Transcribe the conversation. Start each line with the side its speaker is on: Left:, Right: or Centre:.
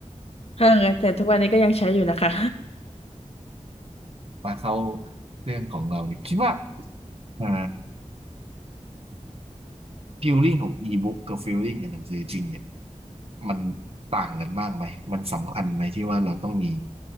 Left: เออแต่ทุกวันนี้ก็ยังใช้อยู่นะคะ
Right: <laughs> มาเข้าเรื่องของเราดิคิดว่าอ่า ฟีลลิ่งของอีบุ๊กกับฟีลลิ่งกับหนังสือจริงเนี่ยมันต่างกันมากไหมมันสำคัญไหมที่ว่าเราต้องมี